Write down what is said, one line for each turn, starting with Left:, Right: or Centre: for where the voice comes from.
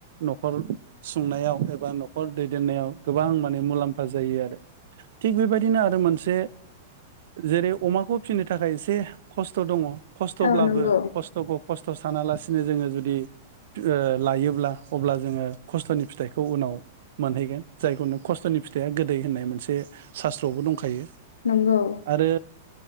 Right: न'खर संनायाव एबा न'खर दैदेननायाव गोबां माने मुलाम्फा जायो आरो थिग बेबायदिनो आरो मोनसे जेरै अमाखौ फिसिनो थाखाय एसे खस्थ' दङ खस्थ'ब्लाबो
Left: औ नंगौ
Right: खस्थ'खौ खस्थ' सानालासिनो जोङो जुदि ओ लायोब्ला अब्ला जोङो खस्थ'नि फिथाइखौ उनाव मोनहैगोन जायखौ नों खस्थ'नि फिथाइया गोदै होननाय मोनसे सास्त्रआवबो दंखायो आरो
Left: नंगौ